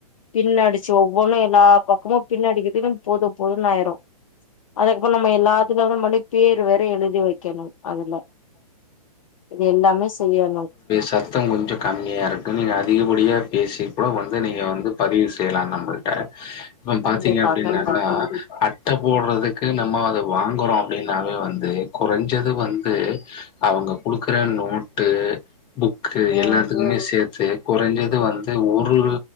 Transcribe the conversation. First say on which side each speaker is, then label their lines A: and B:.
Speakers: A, on the left; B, on the left.
A: பின்னடிச்சு ஒவ்வொன்னு எல்லா பக்கமு பின்ன அடிக்கதுக்குன் போது போதுன்னாயிரு அதுக்கப்ப நம்ம எல்லாத்துலமந்து பேரு வேற எழுதி வைக்கணு அதுல இதெல்லாமே செய்யணு
B: சத்தோ கொஞ்சோ கம்மியாருக்கு நீங்க அதிகபடியாக பேசிப்ப வந்து நீங்க வந்து பதிவு செய்யலா நம்மள்ட்ட இப்ப பாத்தீங்க
A: கண்டிப்பா
B: அப்டின்னாக
A: கண்டிப்பா
B: அட் அட்ட போட்றதுக்கு நம்ம அத வாங்கறோ அப்டின்னாவே வந்து கொறஞ்சது வந்து அவுங்க குடுக்கற நோட்டு புக்கு
A: ம்
B: எல்லாத்துக்குமே சேத் சேரி குறஞ்சது வந்து ஒரு